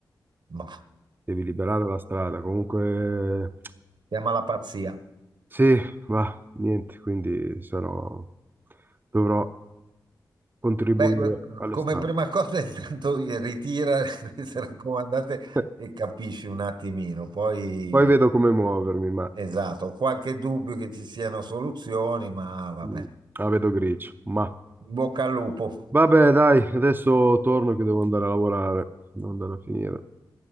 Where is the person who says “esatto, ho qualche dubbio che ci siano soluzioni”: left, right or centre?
Right